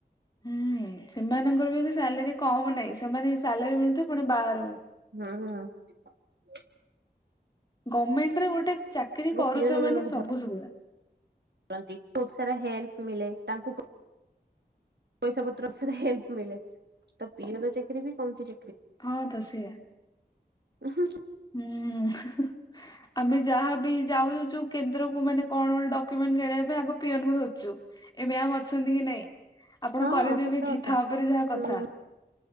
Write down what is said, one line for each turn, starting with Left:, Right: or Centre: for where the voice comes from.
Left: ହୁଁ। ଏମାନଙ୍କର ବି ସାଲେରୀ କମ ନାଇଁ ସେମାନେ ଯଦି ସାଲାରୀ ମିଳୁଥିବ ପୁଣି ବାହାରୁ ମିଳୁ
Right: ହୁଁ ହୁଁ। <inaudible>
Left: ଗମେଣ୍ଟ ରେ ଗୋଟେ ଚାକିରୀ କରୁଛ
Right: ପିଅନ
Left: ମାନେ
Right: ମାନଙ୍କୁ
Left: ସବୁ ସୁବିଧା ।
Right: ଧରନ୍ତି ବହୁତ ସାରା ହେଲ୍ପ ମିଳେ ତାଙ୍କୁ ପଇସା ପତ୍ର ଅନୁସାରେ ହେଲ୍ପ ମିଳେ ତ ପିଅନ ଚାକିରି ବି କମତି
Left: ହଁ ତ ସେୟା।
Right: ହୁଁ ହୁଁ।
Left: ହୁଁ। ଆମେ ଯାହାବି ଯାଉଛୁ କେନ୍ଦ୍ରକୁ ମାନେ କଣ ଗୋ ଟେ ଡକ୍ୟୁମେଣ୍ଟ କିଣିବା ପାଇଁ ଆଗ ପିଅନକୁ ଧର୍ ଏ ମ୍ୟା ଅଛନ୍ତି କି ନାଇଁ ଆପଣ
Right: ହଁ
Left: କରେଇଦେବେ
Right: ସତ
Left: କି
Right: କଥା
Left: ତା ପରେ ଯାହା କଥା
Right: ହୁଁ।